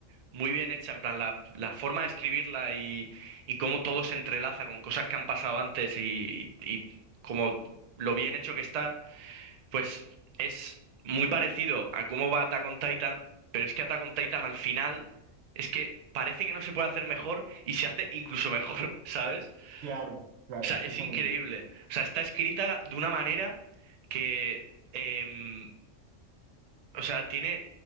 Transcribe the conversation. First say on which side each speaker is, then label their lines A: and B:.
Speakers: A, on the right; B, on the right.
A: muy bien hecha, en plan, la, la forma de escribirla y, y cómo todo se entrelaza con cosas que han pasado antes y, y como lo bien hecho que está, pues es muy parecido a cómo va Attack on Titan, pero es que Attack on Titan al final es que parece que no se puede hacer mejor y se hace incluso mejor, <laughs> ¿sabes?
B: Claro, claro,
A: O sea,
B: exactamente.
A: es increíble. O sea, está escrita de una manera que, em, o sea, tiene